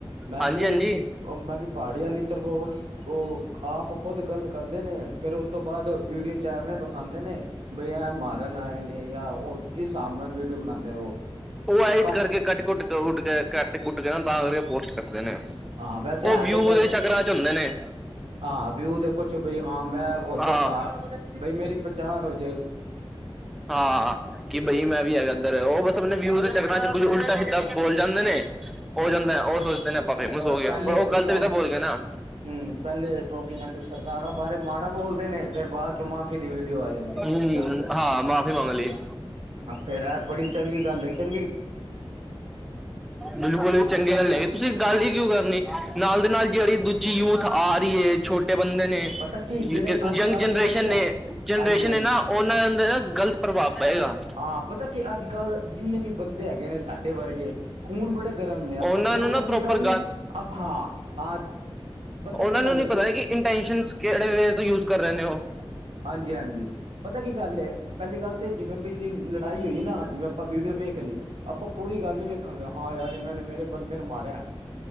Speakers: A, on the right; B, in the centre.
A: ਮੈਂ
B: ਹਾਂਜੀ
A: ਕਿ
B: ਹਾਂਜੀ
A: ਉਹ ਮੈਂ ਕਿਹਾ ਪਹਾੜੀ ਵਾਲੀ ਤਰਫ ਉਹ ਆਪ ਖੁਦ ਗ਼ਲਤ ਕਰਦੇ ਨੇ, ਫੇਰ ਉਸ ਤੋਂ ਬਾਅਦ ਵੀਡੀਓ ਚ ਐਵੇਂ ਵਿਖਾਉਂਦੇ ਨੇ। ਮਾਰਨ ਆਏ ਨੇ ਜਾਂ ਉਹ ਇਸ ਹਿਸਾਬ ਨਾਲ ਵੀਡੀਓ ਬਣਾਉਂਦੇ ਉਹ
B: ਉਹ ਆਈਟ
A: ਘੱਟ
B: ਕਰਕੇ ਕੱਟ ਕੇ ਕੁੱਟ ਕੇ ਉੱਟ ਕੇ ਕੱਟ ਕੁੱਟ ਕੇ ਨਾ ਤਾਂ ਕਰ ਪੋਸਟ ਕਰਦੇ ਨੇ
A: ਹਾਂ ਵੈਸੇ
B: ਉਹ
A: ਹੈ
B: ਵਿਊ
A: ਤੇ ਗਲ
B: ਦੇ ਚਕਰਾਂ ਚ ਹੁੰਦੇ ਨੇ,
A: ਹਾਂ ਵਿਊ ਤੇ ਕੁਛ ਬਈ ਹਾਂ ਮੈਂ ਉੱਥੇ
B: ਹਾਂ
A: ਬਈ ਮੇਰੀ ਪਚਾਣ ਹੋਜੇ,
B: ਹਾਂ, ਕਿ ਬਈ ਮੈਂ ਵੀ ਹੈਗਾ ਇੱਧਰ ਉਹ। ਸਣੇ ਵਿਊ ਦੇ ਚੱਕਰਾਂ ਚ ਕੁੱਝ ਉਲਟਾ ਹਿੱਦਾਂ ਬੋਲ ਜਾਂਦੇ ਨੇ ਹੋ ਜਾਂਦਾ ਹੈ, ਉਹ ਸੋਚ ਆਪਾਂ ਫੇਮਸ ਹੋ ਗਿਆ,
A: ਪਹਿਲੇ
B: ਪਰ ਉਹ ਗਲਤ
A: ਪਹਿਲ
B: ਵੀ ਤਾਂ ਬੋਲ ਗਿਆ ਨਾ।
A: ਹੂੰ, ਪਹਿਲੇ ਉਹ ਕੀ ਕਹਿੰਦੇ ਸਰਦਾਰਾਂ ਬਾਰੇ ਮਾੜਾ ਬੋਲਦੇ ਨੇ ਫੇਰ ਬਾਅਦ ਚ ਮਾਫ਼ੀ ਦੀ ਆ ਜਾਂਦੀ
B: ਹਮ
A: ਦੱਸੋ
B: ਹਾਂ ਮਾਫ਼ੀ ਮੰਗ ਲਈ
A: ਆ ਫੇਰ ਇਹ ਬੜੀ ਚੰਗੀ ਗੱਲ ਹੈ ਚੰ
B: ਬਿਲਕੁਲ ਵੀ ਚੰਗੀ ਗੱਲ ਹੈ। ਤੁਸੀਂ ਗੱਲ ਹੀ ਕਿਉਂ ਕਰਨੀ ਨਾਲ ਦੇ ਨਾਲ ਜਿਹੜੀ ਦੂਜੀ ਯੂਥ ਆ ਰਹੀ ਹੈ ਛੋ ਬੰਦੇ ਨੇ
A: ਪਤਾ ਕੀ ਜਿਹੜੇ ਅੱਜ
B: ਯੰਗ
A: ਕੱਲ੍ਹ
B: ਜਨਰੇਸ਼ਨ
A: ਦੇ ਬੱਚੇ
B: ਨੇ
A: ਆ
B: ਜਨਰੇਸ਼ਨ
A: ਹਾਂਜੀ ਹਾਂਜੀ
B: ਨੇ ਨਾ ਉਹਨਾਂ ਅੰਦਰ ਗਲਤ ਪ੍ਰਭਾਵ ਪਏਗਾ
A: ਹਾਂ, ਪਤਾ ਕੀ ਅੱਜ-ਕੱਲ੍ਹ ਜਿੰਨੇ ਵੀ ਬੰਦੇ ਹੈਗੇ ਨੇ ਸਾਡੇ ਵਰਗੇ ਖੂਨ ਬੜੇ ਗਰਮ ਨੇ ਆਪਾਂ
B: ਉਹਨਾਂ
A: ਦੋ
B: ਨੂੰ ਨਾ
A: ਤਰਫ਼ੇ
B: ਪ੍ਰੋਪਰ
A: ਗੱਲ ਨੀ ਆਪ ਹਾਂ, ਹਾਂ, ਪਤਾ
B: ਉਹ
A: ਕੀ
B: ਨੂੰ
A: ਗੱਲ
B: ਨੀ
A: ਹੈ
B: ਪਤਾ
A: ਦੋ
B: ਕਿ ਇੰਟੈਸ਼ਨ ਕਿਹੜੇ ਵੇ ਤੋਂ ਯੂਜ ਕਰ ਰਹੇ ਨੇ ਉਹ।
A: ਹਾਂਜੀ-ਹਾਂਜੀ, ਪਤਾ ਕੀ ਗੱਲ ਹੈ ਪਹਿਲੀ ਗੱਲ ਤੇ ਜਿਵੇਂ ਕਿਸ ਲੜਾਈ ਹੋਈ ਨਾ, ਜਿਵੇਂ ਆਪਾਂ ਵੀਡੀਓ ਵੇਖ ਲਈ ਆਪਾਂ ਪੂਰੀ ਗੱਲ ਨੀ ਵੇਖਾਂਗੇ ਹਾਂ ਯਾਰ ਇਹਨਾਂ ਨੇ ਮੇਰੇ ਬੰਦੇ ਨੂੰ ਮਾਰਿਆ।